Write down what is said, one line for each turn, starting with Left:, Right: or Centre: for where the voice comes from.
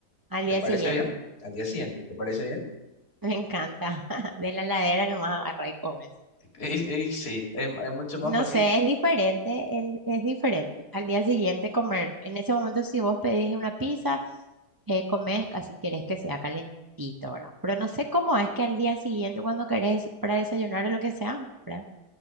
Right: Al
Left: ¿Te
Right: día
Left: parece
Right: siguiente.
Left: bien? Al día siguiente, ¿te parece bien?
Right: Me encanta. <laughs> De la heladera nomás agarra y comes.
Left: Y, y sí, es, es mucho
Right: No
Left: más fácil.
Right: sé, es diferente, el- es diferente. Al día siguiente comer. En ese momento, si vos pedís una pizza, eh, comes casi querés que sea calentito, ¿verdad? Pero no sé cómo es que al día siguiente, cuando querés para desayunar o lo que sea, ¿verdad?